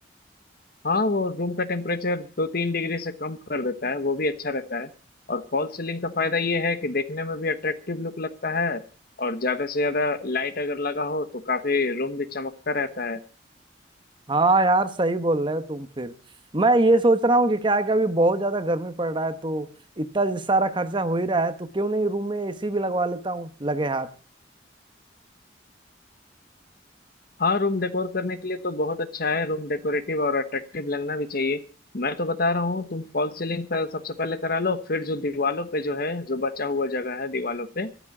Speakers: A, on the left (about 50°); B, on the right (about 25°).
A: हाँ वो रूम का टेम्परेचर दो तीन डिग्री से कम कर देता है वो भी अच्छा रहता है और फॉल्स सीलिंग का फायदा ये है कि देखने में भी अट्रैक्टिव लुक लगता है और ज्यादा से ज्यादा लाइट अगर लगा हो तो काफी रूम भी चमकता रहता है
B: हाँ यार सही बोल रहे हो तुम फिर मैं ये सोच रहा हूँ कि क्या है कि अभी बहुत ज्यादा गर्मी पड़ रहा है तो इतना सारा खर्चा हो ही रहा है तो क्यों नहीं रूम में एसी भी लगवा लेता हूँ लगे हाथ
A: हाँ रूम डेकोर करने के लिए तो बहुत अच्छा है रूम डेकोरेटिव और अट्रैक्टिव लगना भी चाहिए मैं तो बता रहा हूँ तुम फॉल्स सीलिंग पर सबसे पहले करा लो फिर जो दीवालों पे जो है जो बचा हुआ जगह है दीवालों पे